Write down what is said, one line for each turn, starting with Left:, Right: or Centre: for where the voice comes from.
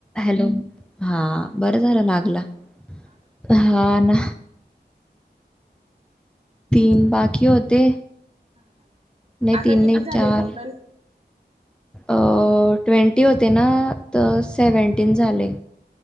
Centre: हॅलो हां
Right: हा लागून
Centre: बरं झालं
Right: गेला
Centre: लागला
Right: बाई हा ना
Centre: हा ना. तीन बाकी होते
Right: हा हा
Centre: नाय
Right: आता
Centre: तीन
Right: किती
Centre: नाय
Right: झाले
Centre: चार
Right: टोटल?
Centre: अ ट्वेंटी होते ना त सेव्हन्टीन झाले.